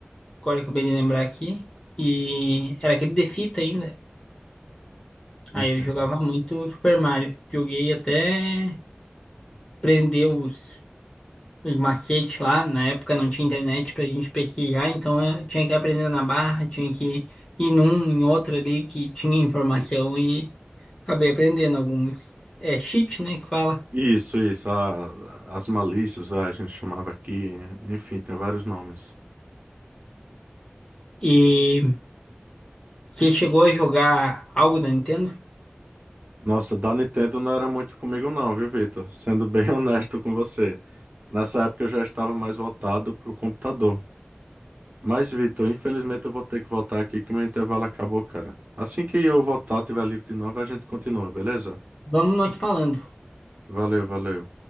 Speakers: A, on the left; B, on the right.
A: Agora eu acabei de lembrar aqui. E era aquele de fita ainda. Aí
B: Entendo.
A: eu jogava muito Super Mario. Joguei até prender os os macetes lá. Na época não tinha internet pra gente pesquisar, então eu tinha que aprender na barra, tinha que ir num, em outro ali que tinha informação e acabei aprendendo alguns. É cheat, né, que fala.
B: Isso, isso. a- as malícias, vai, a gente chamava aqui. Enfim, tem vários nomes.
A: E você chegou a jogar algo da Nintendo?
B: Nossa, da Nintendo não era muito comigo não, viu, Vitor? Sendo bem <laughs> honesto com você. Nessa época eu já estava mais voltado pro computador. Mas, Vitor, infelizmente eu vou ter que voltar aqui que o meu intervalo acabou, cara. Assim que eu voltar, tiver livre de novo, a gente continua, beleza?
A: Vamos nós falando.
B: Valeu, valeu.